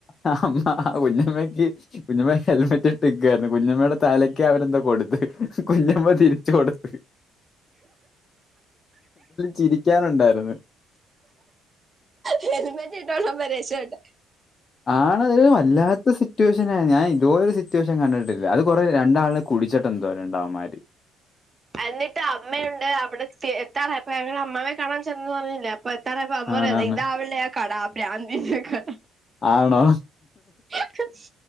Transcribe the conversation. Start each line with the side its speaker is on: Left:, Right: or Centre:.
Left: ആ അമ്മ ആ കുഞ്ഞമ്മയ്ക്ക് കുഞ്ഞമ്മക്ക് ഹെൽമറ്റ് ഇട്ട് ഇക്കുവായിരുന്നു കുഞ്ഞമ്മയുടെ തലക്ക് അവരെന്തോ കൊടുത്ത് കുഞ്ഞമ്മ തിരിച്ചു കൊടുത്ത് ചിരിക്കാനുണ്ടാര്ന്ന്
Right: ഹെൽമെറ്റ് ഇട്ടോണ്ട പ്പൊ രശപ്പെട്ടെ
Left: ആണ് വല്ലാത്ത സിറ്റുവേഷനാ ഞാൻ ഇത് പോലൊരു സിറ്റുവേഷൻ കണ്ടിട്ടില്ല അത് കൊറേ രണ്ടാൾനെ കുടിച്ചട്ട് എന്തോ രണ്ടവന്മാര്
Right: എന്നിട്ട് അമ്മയുണ്ട് അവിടെത്തി എത്താറയപ്പൊ ഞങ്ങ അമ്മാവെ കാണാൻ ചെന്നെന്ന് പറഞ്ഞില്ല പത്തറ പ അമ്മറ
Left: ആണാണ്
Right: ഇതാവല്ലെ ആ കട പ്രാന്തി കട
Left: ആണോ
Right: കട